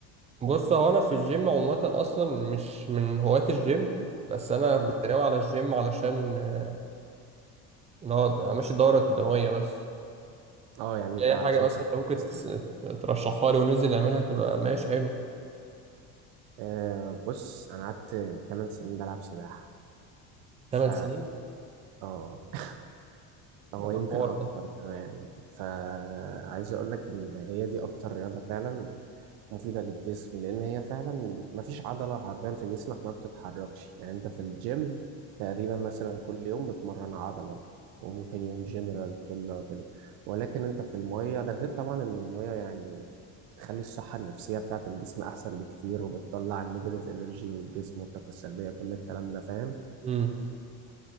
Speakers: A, on the right; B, on the right.
A: بص هو انا في الجيم عموما اصلا مش من هواة الجيم بس انا كنت
B: مم.
A: ناوي على الجيم علشان آه، اللي هو امشي الدوره الدمويه بس
B: اه يعني
A: في
B: انت
A: اي
B: عشان
A: حاجه مثلا
B: صحه
A: انت ممكن
B: جسمك
A: تس- ترشحها لي وننزل نعملها تبقى ماشي حلو
B: آه بص انا قعدت 8 سنين بلعب سباحه ف
A: 8 سنين
B: اه <laughs> هو
A: ده
B: يمكن
A: الحوار
B: اكتر
A: ده
B: كمان فعايز اقول لك ان هي دي اكتر رياضه فعلا مفيدة للجسم لأن هي فعلا مفيش عضلة حرفيا في جسمك ما بتتحركش يعني أنت في الجيم تقريبا مثلا كل يوم بتمرن عضلة وممكن يوم جنرال كله وكده ولكن أنت في المية ده غير طبعا إن المية يعني بتخلي الصحة النفسية بتاعت الجسم أحسن بكتير وبتطلع النيجاتيف إنرجي من الجسم والطاقة السلبية كل الكلام ده فاهم
A: امم